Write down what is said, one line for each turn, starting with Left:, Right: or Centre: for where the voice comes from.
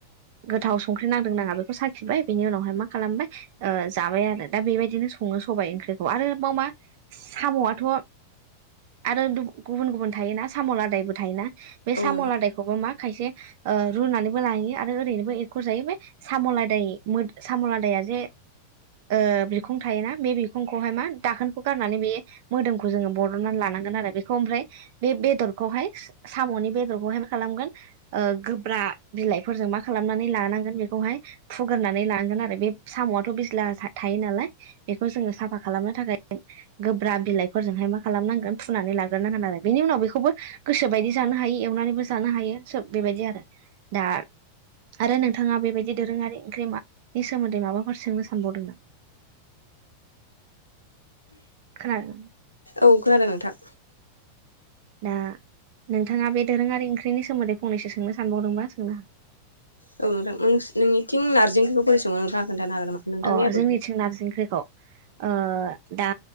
Right: गोथाव संख्रि नांदों नाङा बेखौ साखिबाय बेनि उनावहाय मा खालामबाय ओ जाबाय आरो दा बेबायदिनो सङो सबाय ओंख्रिखौ आरोब मा साम'आथ' आरो गुबुन गुबुन थायोना साम' लादायबो थायोना बे
Left: औ
Right: साम'
Left: नोंथां
Right: लादायखौबो मा खायसे ओ रुनानैबो लाहैयो आरो ओरैनो एख' जायोबो बे साम'लादाय सामलादाया जे ओ बिखं थायोना बे बिखंखौहाय मा दाखोनखौ गारनानै बे मोदोमखौ जोङो बरननानै ला <unintelligible> आरो बेखौ ओमफ्राय बे बेदरखौहाय सामनि बेदरखौहाय मा खालामगोन ओ गोब्रा <unintelligible> बिलाइफोरजों मा खालामनानै लानांगोन बेखौहाय फुग्रोनानै लानांगोन आरो बे साम'आथ' बिज्ला थायो नालाय। बेखौ जोङो साफा खालामनो थाखाय गोब्राब बिलाइफोरजोंहाय मा खालामनांगोन फुनानै लाग्रोनांगोन आरो बेनि उनाव बेखौबो गोसोबायदि जानो हायो एवनानैबो जानो हायो सोब बेबायदि आरो दा आरो नोंथाङा बेबायदि दोरोङारि ओंख्रिनि मानि सोमोन्दै माबाफोर सोंनो सानबावदों नामा खोनादों
Left: औ खोनादों नोंथां।
Right: ना नोंथाङा बे दोरोङारि ओंख्रिनि सोमोन्दै फंनैसो सोंनो सानबावदोंबा सोंनो हा
Left: औ नोंथां नोंनिथिं नारजि ओ‌ंख्रिखौ बोरै सङो नोंथांया खोन्थानो हागोन। नामा नोंथांनि
Right: अ
Left: आदबजों?
Right: जोंनिथिं नारजि ओंख्रिखौ ओ दा